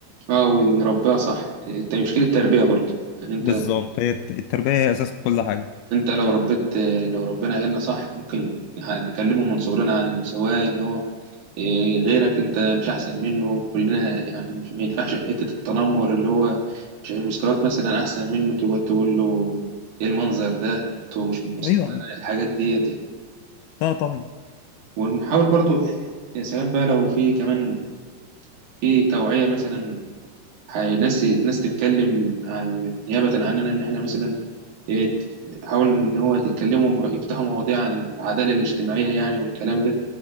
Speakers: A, on the right; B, on the left.
A: اه ونربيها صح الت- مشكلة التربية برضو يعني انت
B: بالظبط هي الت- التربية هي أساس كل حاجة
A: انت لو ربيت لو ربنا عيلنا صح ممكن نكلمه من صغرنا عن المساواة ان هو إيه، غيرك انت مش احسن منه كلنا يعني مش ما ينفعش في حتة التنمر اللي هو مش يعني مستواك مثلا احسن منه تقعد تقول له ايه المنظر ده انتوا مش من مستوانا
B: أيوه
A: الحاجات ديت يعني
B: لا طبعا
A: ونحاول برضو يا سلام بقى لو في كمان في توعية مثلا هي- ناس ناس تتكلم عن- نيابة عننا إن إحنا مثلا إيه، ت- تحاول إن هو تتكلموا م- يفتحوا مواضيع عن العدالة الاجتماعية يعني والكلام ده